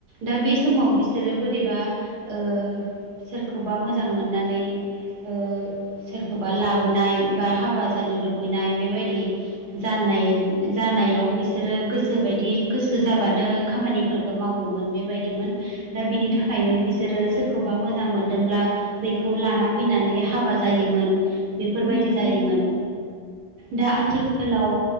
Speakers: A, on the right; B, on the left.
A: दा बे
B: उम
A: समाव बिस सोरो बोरैबा ओ सोरखौबा मोजां मोननानै ओ सोरखौबा लाबोनाय बा हाबा जानो लुबैनाय बेबायदि जाननाय जानायाव बिसोरो गोसोबायदि गोसो जाबानो खामानिफोरखौ मावोमोन बेबायदिमोन दा बिनि
B: उम
A: थाखायनो बिसोरो सोरखौबा मोजां मोनदोंब्ला बेखौ लाना फैनानै हाबा जायोमोन बेफोरबायदि
B: उम
A: जायोमोन दा आथिखालाव